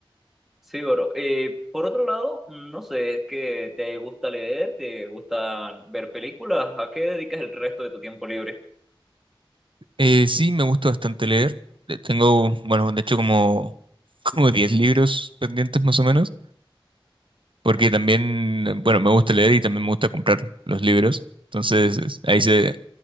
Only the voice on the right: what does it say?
Eh, sí, me gusta bastante leer. Eh, Tengo, bueno, de hecho como, <laughs> como 10 libros pendientes más o menos, porque también, eh, bueno, me gusta leer y también me gusta comprar los libros. Entonces, es- ahí se,